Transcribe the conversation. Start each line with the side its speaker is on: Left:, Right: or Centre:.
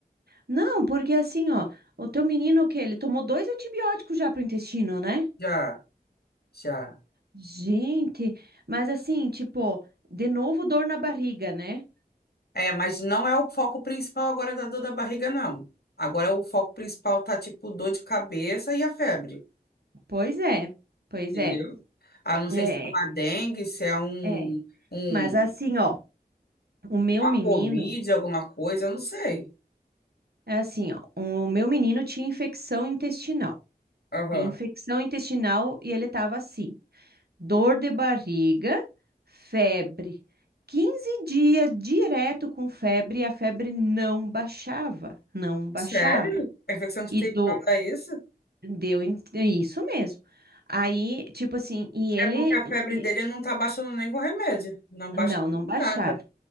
Right: Não, porque assim, ó, o teu menino o quê? Ele tomou dois antibióticos já pro intestino, né?
Left: Já, já.
Right: Gente, mas assim, tipo, de novo dor na barriga, né?
Left: É, mas não é o foco principal agora da dor da barriga, não. Agora o foco principal tá tipo dor de cabeça e a febre,
Right: Pois é, pois
Left: entendeu?
Right: é.
Left: Ah, não sei
Right: É,
Left: se é uma dengue, se é um,
Right: é.
Left: um,
Right: Mas assim, ó. O meu
Left: uma
Right: menino,
Left: covid, alguma coisa, eu não sei.
Right: é assim, ó, o meu menino tinha infecção intestinal.
Left: Aham.
Right: E infecção intestinal e ele tava assim, dor de barriga, febre. 15 dias direto com febre e a febre não baixava, não baixava.
Left: Sério? A infecção intestinal
Right: E do,
Left: dá isso?
Right: deu in- é isso mesmo. Aí, tipo assim, e ele
Left: É porque a febre
Right: e-
Left: dele não tá baixando nem com remédio. Não baixa
Right: não,
Left: com
Right: não baixava.
Left: nada.